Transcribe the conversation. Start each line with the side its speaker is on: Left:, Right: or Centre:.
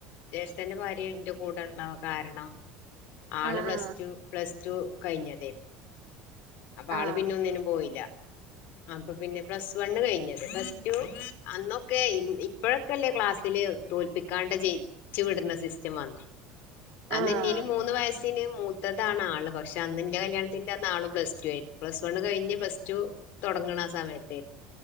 Left: ജേഷ്ഠന്റെ ഭാര്യ ഇൻ്റെ കൂടെള്ള കാരണം ആള്
Right: ആഹ്
Left: പ്ലസ് ടു പ്ലസ് ടു കയ്ഞ്ഞതേന്ന്. അപ്പൊ ആള്
Right: ആഹ് ആഹ്
Left: പിന്നെ ഒന്നിനും പോയില്ല അപ്പൊ പിന്നെ പ്ലസ് വണ്ണ് കയ്ഞ്ഞ്. പ്ലസ് ടു അന്നൊക്കെ ഇപ്പഴൊക്കെല്ലേ ക്ലാസ്സില് തോല്പ്പിക്കാണ്ട് ജയി ച്ചു വിടുന്ന സിസ്റ്റം വന്നേ അന്ന്
Right: ആഹ്
Left: എന്നിലും മൂന്ന് വയസ്സിന് മൂ ത്തതാണ് ആള് പക്ഷെ അന്ന് ഇന്റെ കല്യാണ്ത്തിന്റെ അന്നാളും പ്ലസ് ടു ആയിരുന്നു. പ്ലസ് വൺ കൈഞ്ഞ് പ്ലസ് ടു. തൊടങ്ങ്ണ ആ സമയത്തേര്ന്നു